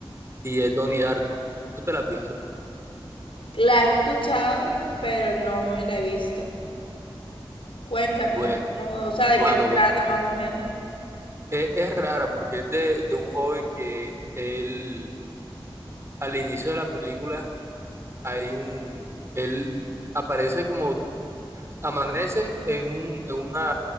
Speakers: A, on the right (about 30°); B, on the left (about 75°).
A: Y es Donnie Darko. ¿Tú te la has visto?
B: La he escuchado, pero no me la he visto. Cuéntamela,
A: Bueno,
B: ¿cómo- o sea, de
A: bueno,
B: qué trata
A: bueno.
B: más o menos.
A: Es, es rara porque es de, de un joven que él, al inicio de la película, hay un, él aparece como, amanece en un, en una